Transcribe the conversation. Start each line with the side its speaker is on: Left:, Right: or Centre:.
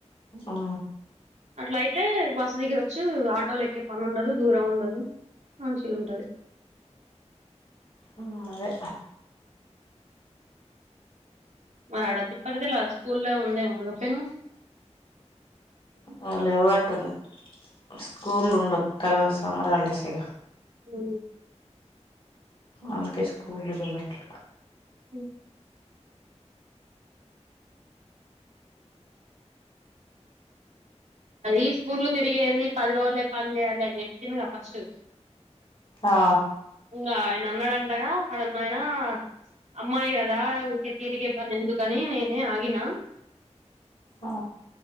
Left: ఆ
Right: అట్లా అయితే బస్సు దగ్గరచ్చు ఆటోలు ఎక్కే పని ఉండదు దూరం ఉండదు మంచిగా ఉంటది
Left: ఉమ్ అదే
Right: మరి ఆడ తిప్పార్ దులా స్కూల్ల్లో ఉందేమే అడకపోయి ను
Left: వాళ్ళు ఇవ్వట్టుంది స్కూల్ ఉండొ తర్వాత సమ్మర్ హాలిడేసేగా
Right: అవును
Left: అందుకే స్కూలు కెళ్ళట్ల
Right: హ్మ్ అది స్కూల్ లో తిరిగేది పది రోజులే పని చేయాలి అని చెప్పిందిగా ఫస్టు
Left: ఆ
Right: ఇంగ న అన్నాడంటగా ఆడన్నయన అమ్మాయి కదా ఊరికే తిరిగే పని ఎందుకని నేనే ఆగిన
Left: ఆ